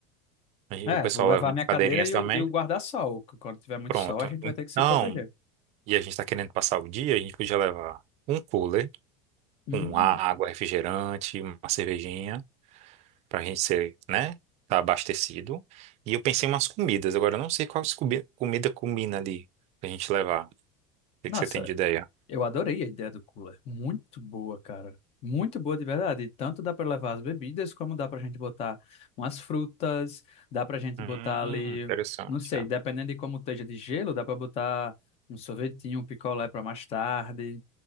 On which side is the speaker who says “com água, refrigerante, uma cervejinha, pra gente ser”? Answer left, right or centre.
Right